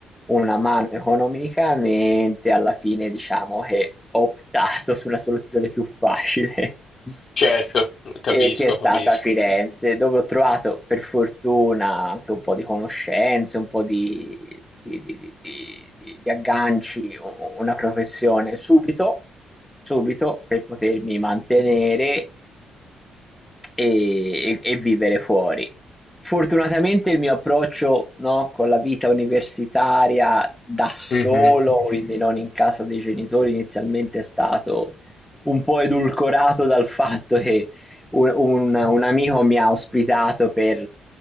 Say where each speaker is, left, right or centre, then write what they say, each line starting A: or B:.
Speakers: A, in the centre; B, on the left.
A: una mano economicamente, alla fine diciamo che ho optato su una soluzione più facile. <laughs>
B: Certo, capisco,
A: E che è stata
B: capisco.
A: a Firenze, dove ho trovato per fortuna anche un po' di conoscenze, un po' di, di- di- di- di- di- di agganci, u- una professione subito, subito per potermi mantenere e e e vivere fuori. Fortunatamente il mio approccio, no, con la vita universitaria da solo,
B: Mhm.
A: quindi non in casa dei genitori, inizialmente è stato un po' edulcorato dal fatto che un un un amico mi ha ospitato per